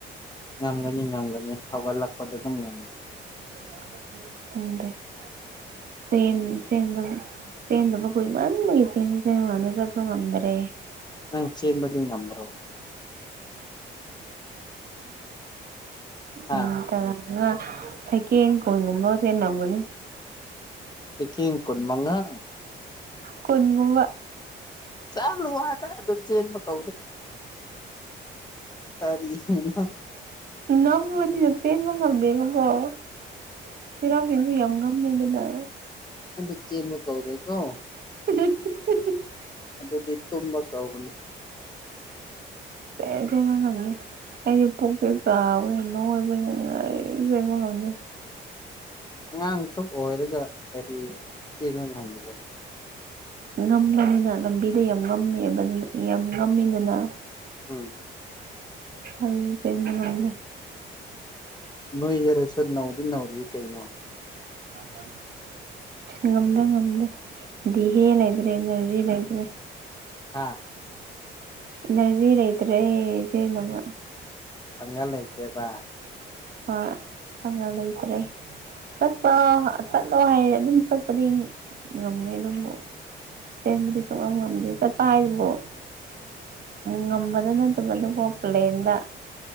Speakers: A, on the left (about 20°); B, on the right (about 50°).
A: ꯉꯝꯒꯅꯤ ꯉꯝꯒꯅꯤ ꯍꯧꯒꯠꯂꯛꯄꯗ ꯑꯗꯨꯝ ꯉꯝ
B: <inaudible> ꯆꯦꯟꯗꯕ ꯀꯨꯏꯃꯟꯕꯒꯤ ꯆꯦꯟꯗ ꯆꯦꯟꯉꯗ ꯆꯠꯁꯨ ꯉꯝꯗꯔꯦ
A: ꯅꯪ ꯆꯦꯟꯕꯗꯤ ꯉꯝꯕ꯭ꯔꯣ ꯍꯥ
B: ꯃꯤꯅꯠ ꯇꯔꯥ ꯉꯥ ꯁꯦꯀꯦꯟ ꯀꯨꯟꯒꯨꯝꯕ ꯆꯦꯟ ꯅꯝꯒꯅꯤ
A: ꯁꯦꯀꯦꯟ ꯀꯨꯟ ꯃꯉꯥ
B: ꯀꯨꯟꯒꯨꯝꯕ
A: ꯌꯥꯝ ꯂꯨ ꯋꯥꯗ ꯑꯗꯨꯝ ꯆꯦꯟꯕ ꯀꯧꯗꯦ ꯀꯔꯤꯅꯣ
B: ꯅꯝꯃꯅꯤ ꯆꯦ ꯍꯗꯦꯕ ꯍꯣ <inaudible> ꯆꯩꯔꯥꯎꯁꯤꯡꯤꯡꯁꯨ ꯌꯥꯝ ꯉꯝꯅꯩꯗꯅ
A: ꯑꯑꯗꯨ ꯆꯦꯟꯕ ꯀꯧꯗꯦꯒꯣ
B: <inaudible>
A: ꯑꯗꯨꯗꯤ ꯇꯨꯝꯃ ꯀꯧꯕꯅꯤ
B: ꯑꯁ ꯉꯃꯦ <inaudible> ꯑꯩꯁꯦ ꯄꯨꯛꯁꯦ ꯆꯥꯕꯅꯤꯅ ꯅꯣꯏꯕꯅꯤꯅ ꯑꯩꯖꯕ ꯈꯝꯗꯦ
A: ꯑꯉꯥꯡꯁꯨ ꯑꯣꯏꯔꯒ ꯀꯔꯤ ꯆꯦꯟꯕ ꯉꯝꯃꯤꯕ
B: ꯉꯝꯕꯅꯤꯅ ꯂꯝꯕꯤꯗ ꯌꯥꯝ ꯉꯝꯃꯦꯕ ꯌꯥꯝ ꯉꯝꯃꯤꯗꯅ
A: ꯎꯝ
B: ꯑꯗꯨꯅ ꯆꯦꯟꯕ ꯉꯝꯗꯦ
A: ꯅꯣꯏꯖꯔꯁꯨꯣ ꯅꯧꯗꯤ ꯅꯧꯗꯤ ꯀꯩꯅꯣ
B: ꯏꯁꯁ ꯉꯝꯗ ꯉꯝꯗꯦ ꯗꯤꯦꯍꯦ ꯂꯩꯇ꯭ꯔꯦ ꯏꯅꯔꯖꯤ ꯂꯩꯇ꯭ꯔꯦ
A: ꯑꯥ
B: ꯏꯅꯔꯖꯤ ꯂꯩꯇ꯭ꯔꯦ ꯆꯦꯅꯕ
A: ꯄꯪꯡꯒꯥꯟ ꯂꯩꯇꯔꯦꯕ
B: ꯍꯣꯏ ꯄꯪꯉ ꯂꯩꯇ꯭ꯔꯦ ꯆꯠꯄ ꯆꯠꯂꯣ ꯍꯥꯏꯔꯦ ꯑꯗꯨꯝ ꯆꯠꯄꯗꯤ ꯉꯝꯅꯤ ꯑꯗꯨꯕꯨ ꯆꯦꯟꯕꯗꯤ ꯁꯨꯡ ꯉꯝ ꯉꯝꯗꯦ ꯆꯠꯄ ꯍꯥꯏꯗꯨꯕꯨ ꯉꯝꯕꯗ ꯅꯠꯇꯕꯗꯨꯀꯣ ꯄ꯭ꯂꯦꯟꯗ